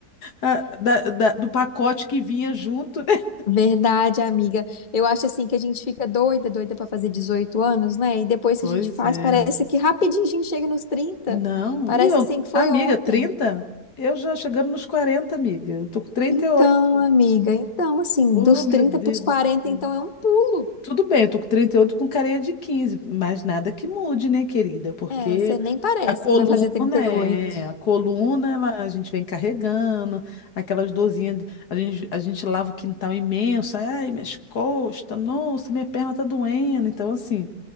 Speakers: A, on the left; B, on the left.
A: Ah, da- da- do pacote que vinha junto, né?
B: Verdade, amiga. Eu acho assim que a gente fica doida, doida pra fazer 18 anos, né? E depois
A: Pois
B: que a gente faz,
A: é.
B: parece que rapidinho a gente chega nos 30.
A: Não,
B: Parece
A: e eu,
B: assim que foi
A: amiga,
B: ontem.
A: 30? Eu já chegando nos 40, amiga. Eu tô com trinta
B: Então,
A: e oito.
B: amiga, então assim,
A: Oh,
B: dos
A: meu
B: 30
A: Deus
B: pros 40,
A: do céu.
B: então é um pulo.
A: Tudo bem, eu tô com 38 com carinha de 15, mas nada que mude, né, querida? Porque
B: É, você nem parece
A: a coluna
B: que vai fazer trinta e
A: é,
B: oito.
A: a coluna, ela, a gente vem carregando, aquelas dorzinhas, de- a gente, a gente lava o quintal imenso, ai, minhas costas, nossa, minha perna tá doendo. Então, assim,